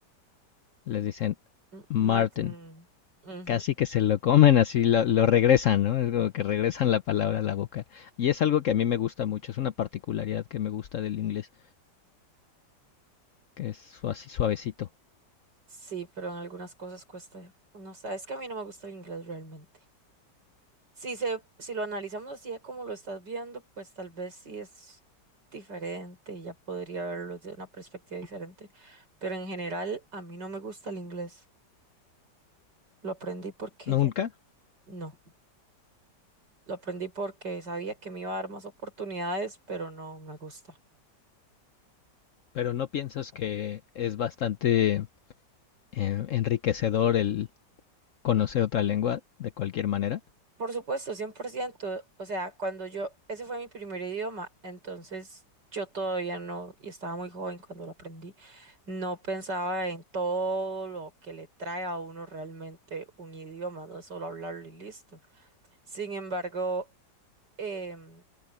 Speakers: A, on the left (about 60°); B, on the right (about 75°).
A: Les dicen
B: M-
A: Martin.
B: Martin. Ujú.
A: Casi que se lo comen así, lo, lo regresan, ¿no? Es como que regresan la palabra a la boca. Y es algo que a mí me gusta mucho, es una particularidad que me gusta del inglés, que es su- así suavecito.
B: Sí, pero en algunas cosas cuesta. No sé, es que a mí no me gusta el inglés realmente. Si se, si lo analizamos así a como lo estás viendo, pues tal vez sí es diferente y ya podría verlo desde una perspectiva diferente. Pero en general, a mí no me gusta el inglés. Lo aprendí porque
A: Nunca,
B: ya. No, lo aprendí porque sabía que me iba a dar más oportunidades, pero no me gusta.
A: pero no piensas que es bastante eh, enriquecedor el conocer otra lengua de cualquier manera.
B: Por supuesto, cien por ciento O sea, cuando yo, ese fue mi primer idioma, entonces yo todavía no, y estaba muy joven cuando lo aprendí, no pensaba en todo lo que le trae a uno realmente un idioma, no es solo hablarlo y listo. Sin embargo, em,